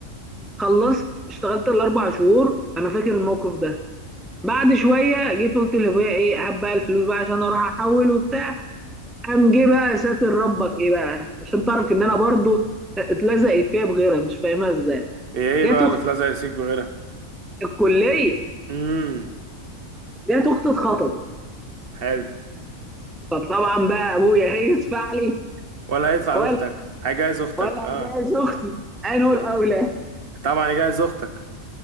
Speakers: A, in the centre; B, on the right (about 50°).
A: خلصت اشتغلت الاربع شهور انا فاكر الموقف ده بعد شويه جيت قلت لابويا ايه هات بقى الفلوس بقى عشان اروح احول وبتاع قام جه بقى ساتر ربك ايه بقى عشان تعرف ان انا برضو اتلزقت فيها بغيرها مش فاهمها ازاي
B: هي ايه
A: جت
B: بقى
A: اختي
B: اللي اتلزق سيك بغيرها
A: في الكليه
B: امم
A: جت اختي اتخطبت
B: حلو
A: فطبعا بقى ابويا هيس فعلي
B: ولا هيدفع
A: ولا
B: لاختك هيجهز اختك
A: ولا
B: اه
A: جايز اختي انا
B: اه
A: الاولى
B: طبعا يجهز اختك